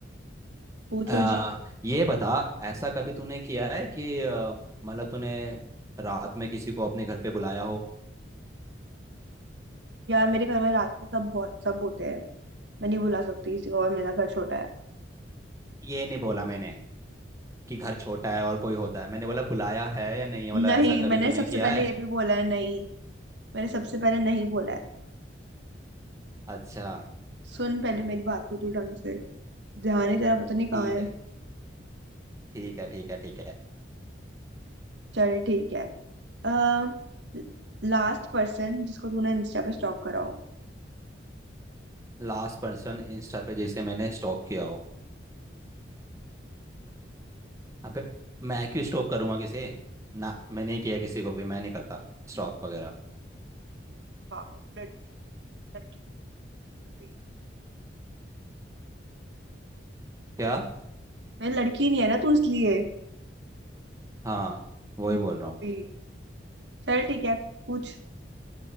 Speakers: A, on the right; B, on the right.
A: पूछो
B: आ,
A: जी
B: ये बता ऐसा कभी तूने किया है कि आ, मतलब तूने रात में किसी को अपने घर पे बुलाया हो
A: यार मेरे घर में रात को सब बहुत सब होते हैं मैं नहीं बुला सकती किसी को और मेरा घर छोटा है
B: ये नहीं बोला मैंने कि घर छोटा है और कोई होता है मैंने बोला बुलाया है या नहीं है
A: नहीं
B: मतलब ऐसा कभी
A: मैंने
B: तूने
A: सबसे
B: किया
A: पहले
B: है
A: ये भी बोला है नहीं मैंने सबसे पहले नहीं बोला है
B: अच्छा
A: सुन पहले मेरी बात को तू ढंग से ध्यान ही तेरा पता नहीं कहाँ
B: ठीक
A: है
B: है ठीक है ठीक है ठीक है
A: चल ठीक है आ, लास्ट पर्सन जिसको तूने इंस्टा पे स्टॉक करा हो
B: लास्ट पर्सन इंस्टा पे जिसे मैंने स्टॉक किया हो अबे मैं क्यों स्टॉक करूंगा किसे ना मैंने नहीं किया किसी को भी मैं नहीं करता स्टॉक वगैरह
A: वाह तू लड़की नहीं है, लड़की नहीं है अभी
B: क्या
A: मैं लड़की नहीं है ना तू इसलिए
B: हाँ वही
A: हम्म,
B: बोल रहा
A: अभी
B: हूँ
A: चल ठीक है पूछ